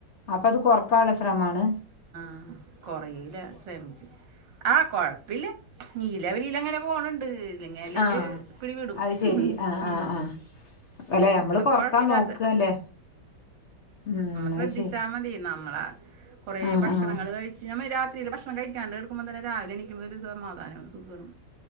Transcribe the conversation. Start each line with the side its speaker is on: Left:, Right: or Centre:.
Left: അപ്പ അത് കൊറക്കാനുള്ള ശ്രമമാണ്
Right: ആ കുറേയൂല ശ്രെമിച്ചു ആഹ് കൊഴപ്പല്ല നീല അവരില അങ്ങനെ പോണണ്ട് ഇല്ലെങ്ങാല്
Left: ആഹ്
Right: പിടിവിടും
Left: അത് ശെരി
Right: ഉ ഉ
Left: ആഹ് ആഹ് ആഹ് അല്ലെ നമ്മള്
Right: ഉം
Left: കൊറക്കാൻ
Right: കുഴപ്പല്ലതെ
Left: നോക്കല്ലേ ഉം
Right: ശ്രദ്ധിച്ചാൽ
Left: അത് ശരി
Right: മതി നമ്മള കൊറേ
Left: ആഹ്
Right: ഭക്ഷണങ്ങൾ
Left: ആഹ്
Right: കഴിച്ച പക്ഷെ നമ്മൾ രാത്രിയില് ഭക്ഷണം കഴിക്കാണ്ട് കിടക്കുമ്പോ തന്നെ രാവിലെ എണീക്കുമ്പോ ഒരു സമാധാനവും സുഗണ്